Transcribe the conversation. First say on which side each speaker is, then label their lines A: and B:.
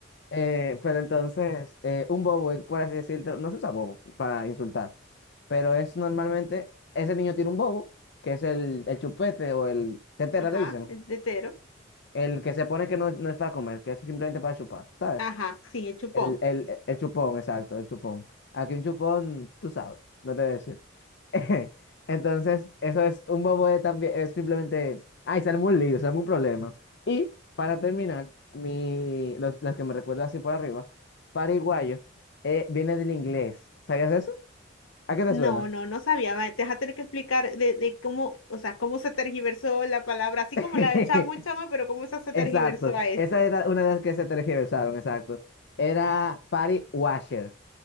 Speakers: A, on the left; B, on the left.
A: Eh, pero entonces, eh, un bobo, eh, por así decirlo, no se usa bobo para insultar, pero es normalmente, ese niño tiene un bobo, que es el, el chupete o el tetera,
B: Ajá,
A: le dicen.
B: el tetero.
A: El que se pone que no, no es para comer, que es simplemente para chupar, ¿sabes?
B: Ajá, sí, el chupón.
A: El, el, el chupón, exacto, el chupón. Aquí un chupón, tú sabes, no te voy a decir. <laughs> Entonces, eso es un bobo de también, es simplemente, ay, se armó un lío, se armó un problema. Y para terminar, mi, los, las que me recuerdo así por arriba, pariguayo, eh, viene del inglés. ¿Sabías eso? ¿A qué
B: No,
A: te suena?
B: no, no sabía. va, Te vas a tener que explicar de, de cómo, o sea, cómo se tergiversó la palabra, así
A: <laughs>
B: como la de chamo y chama, pero cómo esa se tergiversó
A: Exacto,
B: a eso.
A: esa era una de las que se tergiversaron, exacto. Era party washer.